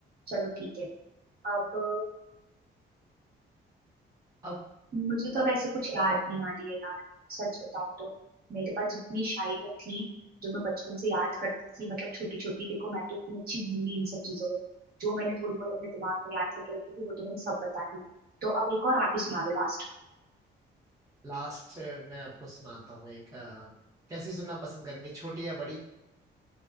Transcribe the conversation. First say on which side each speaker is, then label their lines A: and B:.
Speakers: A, on the right; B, on the right.
A: चलो ठीक है अब
B: अब
A: मुझे तो अब ऐसे कुछ याद नहीं आ रही है यार सच बताऊं तो मेरे पास जितनी शायरियाँ थी जो मैं बचपन से याद करती थी मतलब छोटी छोटी देखो मैं तो इतनी अच्छी हूं नहीं इन सब चीजों में जो मैंने थोड़ी बहुत अपने दिमाग में याद करके रखी थी वो तो मैंने सब बता दी तो अब एक और आप ही सुना दो लास्ट
B: लास्ट मैं आपको सुनाता हूँ एक अ, कैसे सुनना पसंद करेंगे छोटी या बड़ी